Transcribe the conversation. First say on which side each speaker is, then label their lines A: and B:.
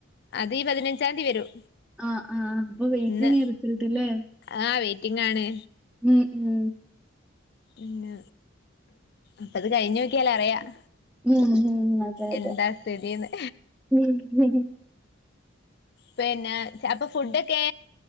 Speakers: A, on the left; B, in the centre.
A: അത് ഈ പതിനഞ്ചാം തീയതി വരും
B: ആഹ് ആഹ് അപ്പൊ വെയിറ്റിങ്ങാ
A: ഇന്ന്
B: റിസൾട്ട് ഇല്ലേ
A: ആഹ് വെയിറ്റിങ്ങാണ്
B: ഉം ഉം
A: പിന്ന അപ്പത് കയിഞ്ഞൊക്ക്യാലറിയാം
B: ഉം ഉം അതെ അതെ
A: എന്താ സ്ഥിതീന്ന്
B: ഉം
A: പിന്ന ചപ്പൊ ഫുഡൊക്കെ